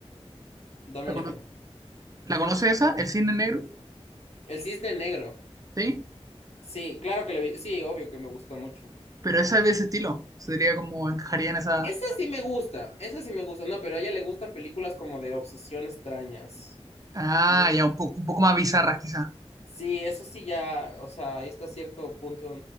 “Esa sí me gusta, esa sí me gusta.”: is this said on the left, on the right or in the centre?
Left